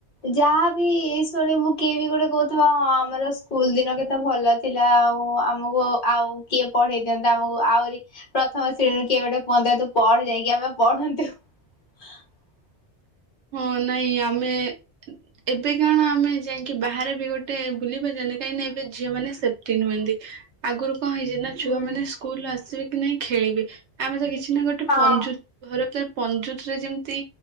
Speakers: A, on the left; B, on the right.
A: ଯାହାବି ଶୁଣିବୁ କିଏ ବି ଗୋଟେ କହୁଥିବ। ହଁ ଆମର ସ୍କୁଲ ଦିନ କେତେ ଭଲ ଥିଲା। ଆଉ ଆମକୁ ଆଉ କିଏ ପଢେଇ ଦିଅନ୍ତା ଆମକୁ। ଆହୁରି ପ୍ରଥମ ଶ୍ରେଣୀରୁ କିଏ ଗୋଟେ କୁହନ୍ତା ତୁ ପଢ ଯାଇକି ଆମେ ପଢନ୍ତୁ। <inaudible>
B: ହଁ ନାଇଁ ଆମେ ଏବେ କିଅଣ ଆମେ ଯାଇକି ବାହାରେ ବି ଗୋଟେ ବୁଲି <unintelligible> କାହିଁକିନା ଏବେ ଝିଅ ମାନେ ସେଫ୍ଟି ନୁହନ୍ତି ଆଗରୁ କଣ ହେଇଛି ନା
A: ହୁଁ
B: ଛୁଆମାନେ ସ୍କୁଲ ଆସିବେ କି ନାଇଁ ଖେଳିବେ ଆମେ ତ କିଛି ନା ଗୋଟେ
A: ହଁ।
B: ପଞ୍ଜୁ ଘର <unintelligible> ପଞ୍ଜୁୁର ରେ ଯେମିତି